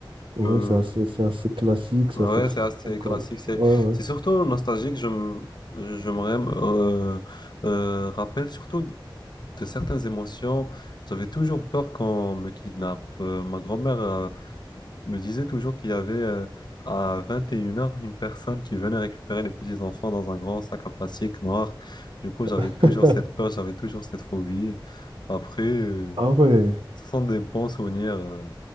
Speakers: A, on the right; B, on the left.
A: ouais,
B: Euh,
A: c'est assez, c'est assez classique, c'est
B: Ouais,
A: assez trivial
B: c'est assez
A: comme.
B: classique. C'est,
A: Ouais, ouais.
B: c'est surtout nostalgique. Je me, je me rem- euh, euh, rappelle surtout de certaines émotions. J'avais toujours peur qu'on me kidnappe. Euh, ma grand-mère euh, me disait toujours qu'il y avait euh, à 21h une heures une personne qui venait récupérer les petits-enfants dans un grand sac en plastique noir. Du coup, j'avais
A: <laughs>
B: toujours cette peur, j'avais toujours cette phobie. Après, euh,
A: Ah ouais,
B: ce sont des bons souvenirs. euh,